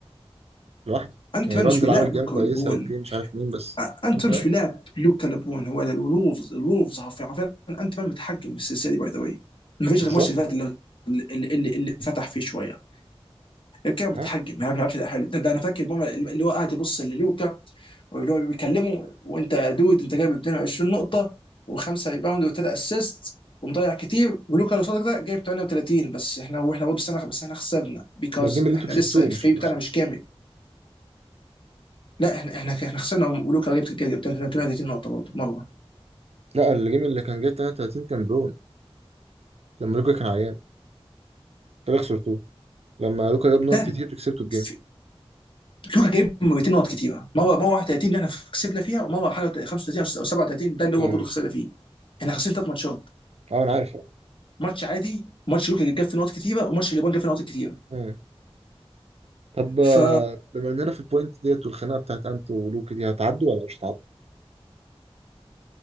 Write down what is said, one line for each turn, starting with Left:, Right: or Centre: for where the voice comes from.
Right: لوحده
Left: انت
Right: يعني
Left: مان
Right: راندل
Left: مش بيلاعب
Right: عامل جيم
Left: لوكا
Right: كويسه
Left: ولبون
Right: اوكي مش عارف مين بس
Left: انت
Right: انت
Left: مش
Right: مان
Left: بيلاعب لوكا لبون هو الولفز الولفز حرفيا حرفيا انت مان متحكم بالسلسله دي باي ذا واي ما فيش
Right: بالظبط
Left: غير الماتش اللي فات اللي, اللي, اللي فتح فيه شويه غير كده بتحجم
Right: ها
Left: ما بيلعبش ده حلو ده, ده انا فاكر ماما اللي هو قاعد يبص للوكا واللي هو بيكلمه وانت يا دود انت جايب 22 نقطه وخمسه ريباوند وثلاثه اسيست ومضيع كتير ولوكا اللي قصادك ده جايب 38 بس احنا واحنا برضه سنه بس احنا خسرنا بيكوز
Right: ده الجيم اللي
Left: احنا
Right: انتوا كسبتوه
Left: لسه الفريق
Right: مش اللي
Left: بتاعنا
Right: خسرتوه
Left: مش كامل لا احنا احنا احنا خسرنا ولوكا جايب جايب 38 نقطه برضه مره
Right: لا الجيم اللي كان جاي 33 كان برون لما لوكا كان عيان انتوا اللي خسرتوه لما لوكا جاب نقط
Left: ده
Right: كتير كسبتوا الجيم
Left: في- لوكا جايب 200 نقط كتيره مره مره 31 اللي احنا كسبنا فيها ومره حاجه 35 او 37 ده
Right: اوكي
Left: اللي هو برضه
Right: ماشي
Left: خسرنا فيه احنا خسرنا ثلاث ماتشات
Right: اه انا عارف اه
Left: ماتش عادي ماتش يوكي جاب فيه نقط كتيره وماتش اليابان جاب فيه نقط كتيره
Right: مم. طب آه،
Left: ف
Right: بما اننا في البوينت ديت والخناقه بتاعت انت ولوكا دي هتعدوا ولا مش هتعدوا